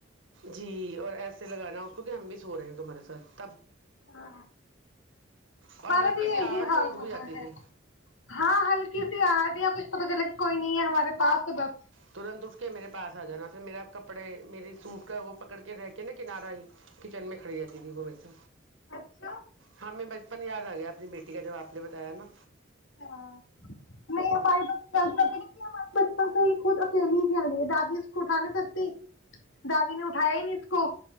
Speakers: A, on the right (about 75°); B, on the left (about 80°).
A: جی اور ایسے لگانے اس کو ہم بھی سو رہ ہیں تمہارے سھ
B: ہ ہمارا
A: اور ہلکی
B: بھی یہ
A: سی آہٹ
B: یہی حال
A: سے اٹھ بھی
B: رہا
A: جاتی
B: ہے
A: تھی
B: ہاں ہلکی سی آدیا کچھ پت چلا گ کوئی نہیں ہے ہمارے پاس تو بس
A: ترنت اٹھ کے میرے پاس آ جانا پھر میرا کپڑے میرے سوٹ کا وہ پکڑ کے رہ کے نا کنارہ ہی کچن میں کھڑی جاتتی تھی وہ میر س
B: اچھا
A: ہاں میں اپن یاد آ گیا اپنی بیٹی کا جب آپ نے بتایا نا
B: ہاں نہیں ہمارے بتے کیک ہمارے بچپن سے ہی خود اکیلی ہی کھیل رہی ہے دادی اس کو اٹھا نہیں سکتی دادی نے اٹھایا ہی نہیں اس کو